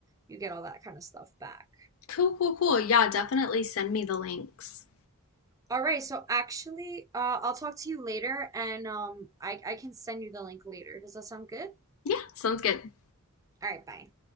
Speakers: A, on the right; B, on the left.
A: you get all that kind of stuff back.
B: cool, cool, cool. Yeah, definitely send me the links.
A: All right, so actually, uh, I'll talk to you later and um I I can send you the link later. Does that sound good?
B: Yeah, sounds good.
A: All right, bye.